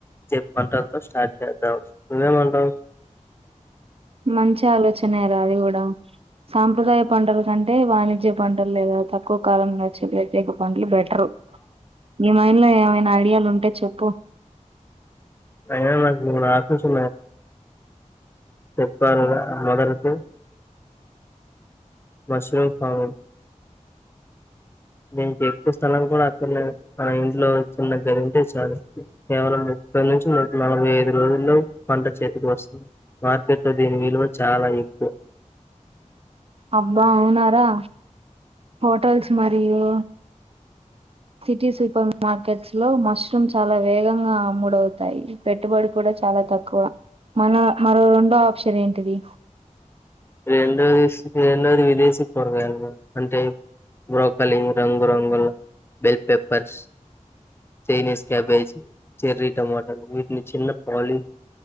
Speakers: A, on the left (about 20°); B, on the right (about 50°).
A: <unintelligible> స్టార్ట్ చేద్దాం. నువ్వేమంటావ్?
B: మంచి ఆలోచనేరా అది కూడా సాంప్రదాయ పంటల కంటే వాణిజ్య పంటలు లేదా, తక్కువ కాలంలో వచ్చే ప్రత్యేక పంటలు బెట్ ట్రూ నీ మైండ్ లో ఏమైనా ఐడియాలు ఉంటే చెప్పు.
A: అయినా నాకు మూడు <inaudible> మొదరకు మష్రూ కావు దీనికి ఎక్కువ స్థలం కూడా అక్కర్లేదు, మన ఇంట్లో చిన్న గది ఉంటే చాలు. కేవలం ముప్పై నుంచి నూట నలభై ఐదు రోజుల్లో పంట చేతికి వస్తుంది. మార్కెట్ లో దీని విలువ చాలా ఎక్కువ
B: అబ్బా అవునా రా హోటల్స్ మరియు సిటీ సూపర్ మార్కెట్స్ లో మష్రూమ్ చాలా వేగంగా అమ్ముడవుతాయి. పెట్టుబడి కూడా చాలా తక్కువ. మన మరో రెండో ఆప్షన్ ఏంటిది?
A: రెండోది స్ రెండోది విదేశీ కూరగాయలు అంటే బ్రోకలి రంగు రంగుల bell peppers Chinese cabbage cherry టమాటాలు వీటిని చిన్న పాలి